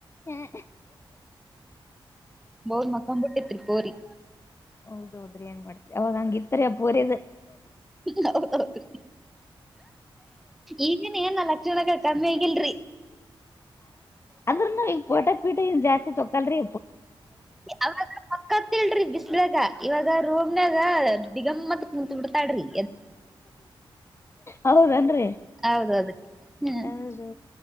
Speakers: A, on the left (about 30°); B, in the centre.
A: ಹ್ಮ್
B: ಬೌದ ಮಕ್ಕೊ್ಬುಟ್ಟಿತ್ರಿ ಪೋರಿ
A: ಹೌದೌದ್ರಿ ಏನ್ ಮಾಡ್ತ್ರಿ ಅವಾಗ ಹಂಗಿತ್ರಿ ಪುರ್
B: ಹೌದೌದು ಈಗೇನ್ ಏನ್ ಲಕ್ಷಣಗಳು ಕಮ್ಮಿ ಆಗಿಲ್ರಿ
A: ಅದ್ರ ನ ಈಗ ಪೋಟೆ ಪೀಟೆ ಜಾಸ್ತಿ ತೊಕಲ್ರಿ
B: ಅವಾಗ ಪಕ್ಕತ್ಲ್ಿ ಬಿಸಲಾಗ ಇವಾಗ ರೋಮ್ನ್ಾಗ ದಿಗಮತ್ ಕುತ್ ಬಿಡ್ತಾಡ್ರಿ
A: ಹೌದನ್ರಿ
B: ಹೌದೌದ್ರಿ ಹ್ಮ್
A: ಹೌದು